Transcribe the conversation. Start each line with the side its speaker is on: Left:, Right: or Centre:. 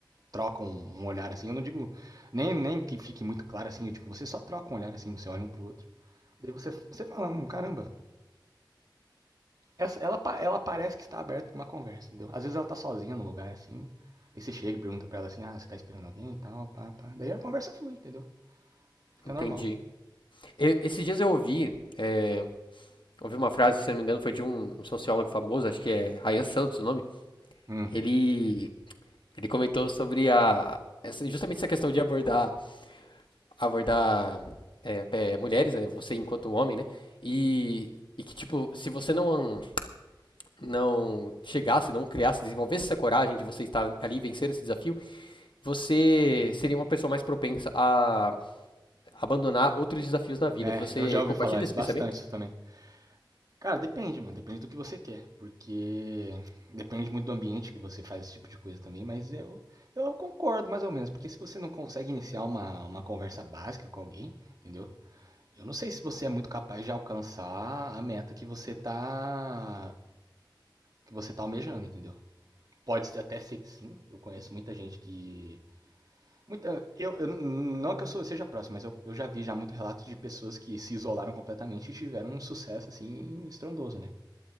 Right: trocam um olhar assim. Eu não digo nem, nem que fique muito claro assim, tipo, você só troca um olhar assim, você olha um pro outro. Daí você, você fala, "Hum, caramba, Essa- Ela, pa- ela parece que está aberta para uma conversa, entendeu? Às vezes ela tá sozinha no lugar, assim. Aí você chega e pergunta pra ela assim, ah, você tá esperando alguém e tal, pá, pá. Daí a conversa flui, entendeu? Fica
Left: Entendi.
Right: normal.
Left: Eu- esses dias eu ouvi, é, ouvi uma frase, se não me engano, foi de um, um sociólogo famoso, acho que é Ryan Santos o nome.
Right: Hum,
Left: Ele, ele comentou sobre a, essa- justamente essa questão de abordar, abordar é, é, mulheres, né? Você enquanto homem, né? E, e que, tipo, se você não, não chegasse, não criasse, desenvolvesse essa coragem de você estar ali e vencer esse desafio, você seria uma pessoa mais propensa a abandonar outros desafios na vida.
Right: é,
Left: Você
Right: eu já ouvi
Left: compartilha
Right: falar isso,
Left: esse
Right: bastante
Left: pensamento?
Right: isso também. Cara, depende, mano, depende do que você quer. Porque depende muito do ambiente que você faz esse tipo de coisa também, mas eu, eu concordo mais ou menos. Porque se você não consegue iniciar uma, uma conversa básica com alguém, entendeu? Eu não sei se você é muito capaz de alcançar a meta que você tá que você tá almejando, entendeu? Pode até ser que sim. Eu conheço muita gente que. Muita, eu, eu não é que eu sou- seja próximo, mas eu, eu já vi já muito relatos de pessoas que se isolaram completamente e tiveram um sucesso assim estrondoso, né?